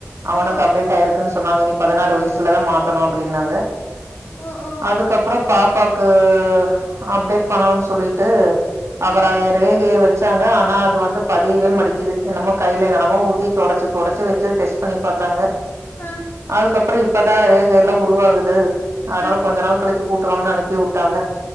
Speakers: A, on the right; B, on the left.
A: அவுனுக்கு
B: ஓ
A: அப்டேட் ஆயிருக்குன்னு சொன்னாங்க இனி பதினாறு வயசுலதா மாத்தணு அப்டின்னாங்க
B: ஓ ஓ
A: அதுக்கப்பறோ பாப்பாக்கு அப்டேட் பண்ணணும்னு சொல்லிட்டு அவர்
B: ம்
A: அவ ரேகைய வச்சாங்க ஆனா அது வந்து பதியவே மாடிக்கீது என்னமோ கையில என்னமோ ஊத்தி தொடச்சு தொடச்சு வெச்சு டெஸ்ட் பண்ணி பாத்தாங்க
B: ஆ
A: அதுக்கப்பரோ இப்பதா ரேகையெல்லா உருவாகுது அதனால
B: ஆ
A: கொஞ்ச நாள் கலிச்சு கூட்டுவாங்கனு அனுப்பி உட்டாங்க